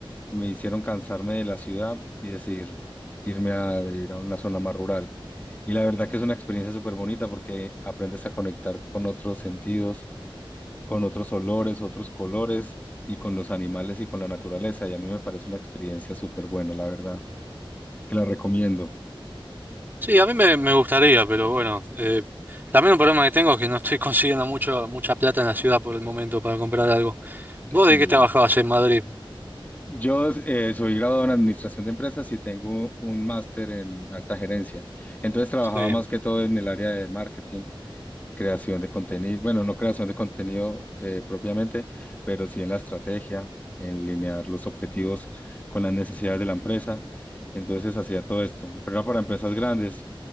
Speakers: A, on the left; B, on the right.
A: me hicieron cansarme de la ciudad y decidir irme a vivir a una zona más rural. Y la verdad que es una experiencia súper bonita porque aprendes a conectar con otros sentidos, con otros olores, otros colores y con los animales y con la naturaleza. Y a mí me parece una experiencia súper buena, la verdad, que la recomiendo.
B: Sí, a mí me, me gustaría, pero bueno, eh, también un problema que tengo es que no estoy <laughs> consiguiendo mucho, mucha plata en la ciudad por el momento para comprar algo. ¿Vos
A: Sí.
B: de qué trabajabas en Madrid?
A: Yo eh, soy graduado en administración de empresas y tengo un máster en alta gerencia. Entonces trabajaba
B: Sí.
A: más que todo en el área de marketing creación de contenido, bueno, no creación de contenido eh, propiamente, pero sí en la estrategia, en linear los objetivos con las necesidades de la empresa. Entonces hacía todo esto, pero era para empresas grandes